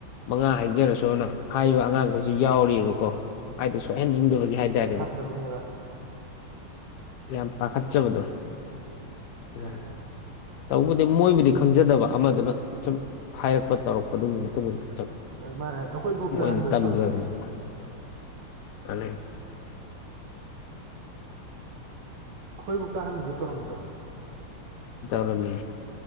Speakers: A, on the left; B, on the right.
A: ꯃꯉꯥ ꯍꯥꯏꯖꯔꯁꯨꯅ ꯍꯥꯏꯕ ꯑꯉꯥꯡꯈꯩꯁꯨ ꯌꯥꯎꯔꯤꯕꯀꯣ ꯍꯥꯏꯗꯤ ꯁꯣꯏꯍꯟꯅꯤꯡꯗꯕꯒꯤ ꯍꯥꯏꯇꯥꯔꯦꯅꯦ꯫
B: <unintelligible> ꯕꯅꯦꯕ꯫
A: ꯌꯥꯝ ꯄꯥꯈꯠꯆꯕꯗꯣ ꯎꯝ꯫
B: ꯑꯥ
A: ꯇꯧꯕꯨꯗꯤ ꯃꯣꯏꯕꯨꯗꯤ ꯈꯪꯖꯗꯕ ꯑꯃꯗꯨꯅ꯫ ꯁꯨꯝ ꯍꯥꯏꯔꯛꯄ ꯇꯧꯔꯛꯄꯗꯨꯒꯤ
B: ꯎꯝ
A: ꯃꯇꯨꯡ ꯁꯨꯝ
B: ꯃꯥꯅ ꯑꯩꯈꯣꯏꯕꯨꯛꯇ
A: ꯃꯣꯏꯅ
B: ꯑꯍꯥꯟꯕꯗ
A: ꯇꯝꯖꯕꯅꯤꯗ꯫
B: ꯇꯧꯔꯝꯃꯤꯗꯨꯗꯤ
A: <unintelligible>
B: ꯑꯩꯈꯣꯏꯕꯨꯛꯇ ꯑꯍꯥꯟꯕꯗ ꯇꯧꯔꯝꯗ꯭ꯔꯣ
A: ꯇꯧꯔꯝꯃꯤ